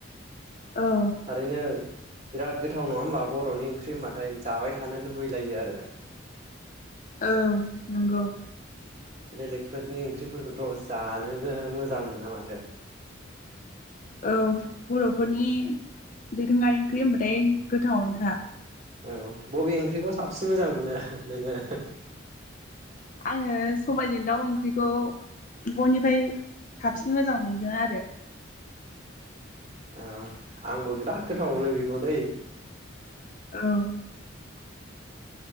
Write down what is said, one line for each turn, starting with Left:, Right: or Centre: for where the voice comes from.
Left: औ
Right: थारैनो बिराद गोथाव नङा होमबा बर'नि ओंख्रि होनबाथाय जाबाय थानो लुबैलायो आरो
Left: औ नंगौ
Right: बेलेकफोर नि ओंख्रिफोरखौथ' जानो ओ मोजां मोना माथो
Left: औ बर'फोरनि दोरोङारि ओंख्रि होनबाथाय गोथावनोखा
Right: औ बबे ओंख्रिखौ साबसिन मोजां मोनो ओहो नोङो
Left: आङो सबायजों दाउ ओंख्रिखौ बयनिफाय साबसिन मोजां मोनदों आरो
Right: ओ आंबो बिराद गोथाव मोनो बिखौ दै
Left: औ